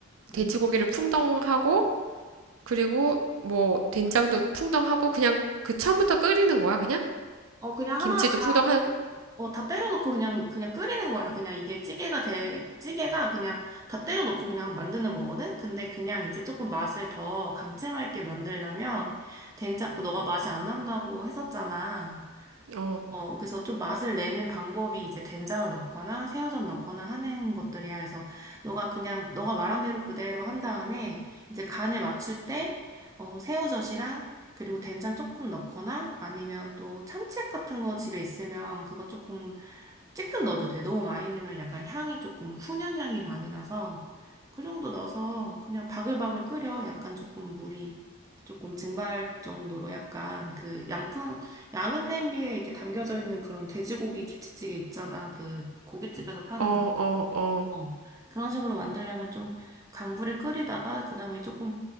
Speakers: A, on the right; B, on the right.
A: 음.
B: 돼지고기를 풍덩하고 그리고 뭐 된장도 풍덩하고 그냥 그 처음부터 끓이는 거야 그냥?
A: 어, 그냥
B: 김치도
A: 하나, 다-
B: 풍덩하고
A: 어, 다 때려놓고 그냥, 그냥 끓이는 거야. 그냥 이게 찌개가 돼, 찌개가 그냥 다 때려놓고 그냥 만드는 거거든? 근데 그냥 이제 조금 맛을 더 감칠맛 있게 만들려면 된장, 그 너가 맛이 안 난다고 했었잖아.
B: 어
A: 어, 그래서 좀 맛을 내는 방법이 이제 된장을 넣거나 새우젓 넣거나 하는 것들이야. 그래서 너가 그냥 너가 말한 대로 그대로 한 다음에 이제 간을 맞출 때 어, 새우젓이랑 그리고 된장 조금 넣거나 아니면 또 참치액 같은 거 집에 있으면 그거 조금 찔끔 넣어도 돼. 너무 많이 넣으면 약간 향이 조금 훈연 향이 많이 나서 그 정도 넣어서 그냥 바글바글 끓여. 약간 조금 물이 조금 증발 정도로 약간 그 양은 냄비에 이렇게 담겨져 있는 그런 돼지고기 김치찌개 있잖아. 그 고깃집에서 파는
B: 어
A: 거.
B: 어 어
A: 어. 그런 식으로 만들려면 좀 강불에 끓이다가 그다음에 조금